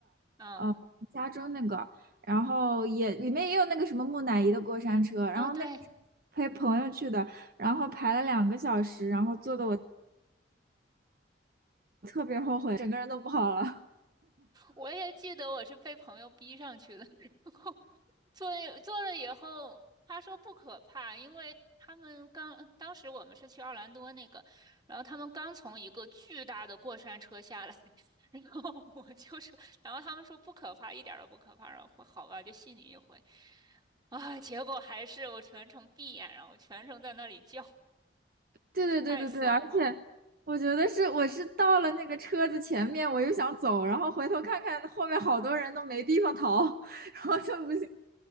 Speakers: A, on the right (about 20°); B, on the right (about 50°).
A: 嗯，
B: 呃，加州那个，然后也里面也有那个什么木乃伊的过山车，然后那个是陪朋友去的，
A: 哦，对，
B: 然后排了两个小时，然后坐的我特别后悔，整个人都不好了。
A: 我也记得我是被朋友逼上去的，<laughs> 然后。做了做了以后，他说不可怕，因为他们刚当时我们是去奥兰多那个，然后他们刚从一个巨大的过山车下来，<laughs> 然后我就说，然后他们说不可怕，一点儿都不可怕，然后我说好吧，就信你一回，啊，结果还是我全程闭眼，然后全程在那里叫，
B: 对对对对对，
A: 太怂了。
B: 而且我觉得是我是到了那个车子前面，我又想走，然后回头看看后面好多人都没地方逃，<laughs> 然后就不行，